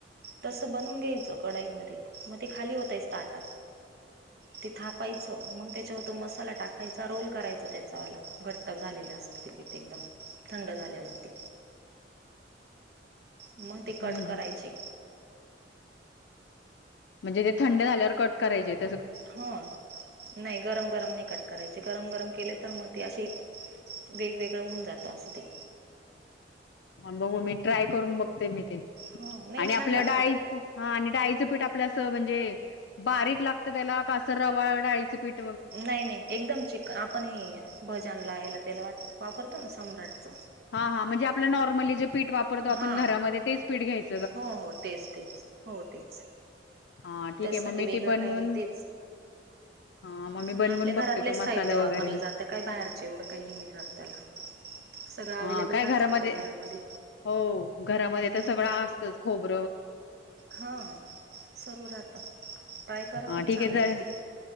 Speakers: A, on the right (about 60°); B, on the left (about 70°).
A: तस बनून घ्यायचं कढाईमध्ये मग ते खाली ओतायच ताटात ते थापायचं मग त्याच्यावर तो मसाला टाकायचा रोल करायचा त्याच्यावाला घट्ट झालेला पीठ एकदम थंड झाल्यावरती मंग ते कट
B: हम्म
A: करायचे
B: म्हणजे ते थंड झाल्यावर कट करायचेत
A: हो नाही गरम गरम नाही कट कराय गरम गरम केले तर मग ते अशे वेगवेगळं होऊन जात अस ते
B: बघू मी ट्राय करून बघते मी ते
A: ह नाही
B: आणि
A: छान
B: आपल्या
A: लागतो
B: डाळी हा आणि डाळी ते पीट आपल्या अस म्हणजे बारीक लागत त्याला का तर रवा डाळीचं पीट
A: नाइ नाइ एकदम <unintelligible> पण हे भजन लायला त्याला वापरतो ना सम्राटच
B: हा हा म्हणजे आपलं नॉर्मली जे पीट वापरतो आपण
A: हा
B: घरामध्ये तेच पीट घ्यायच
A: हो हो तेच तेच हो तेच
B: हा ठीक
A: त्यासाठी
B: आहे मग मी
A: वेगळं
B: ते बनवून
A: काही नाही तेच
B: हा मग मी
A: आणि
B: बनवून
A: आपल्या घरातलेच
B: बघते तो मसाला
A: साहित्य वापरले
B: वगैरे
A: जात काय बाहेरचे एवढं काही नाही लागत त्याला सगळं अवेलेबल
B: हा काय
A: राहतं
B: घरामदे
A: आपल्या घरामध्ये
B: हो घरामदे तर
A: हम्म.
B: सगळं आसतच खूप
A: हा सर्व राहत ट्राय करा
B: <unintelligible>
A: खूप छान लागते